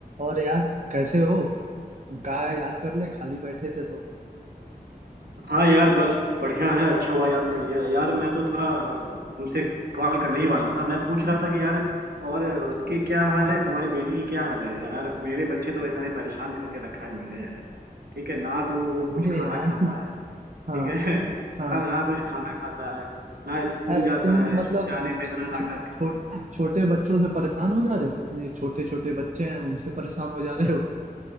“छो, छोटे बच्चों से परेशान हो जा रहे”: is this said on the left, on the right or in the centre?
Right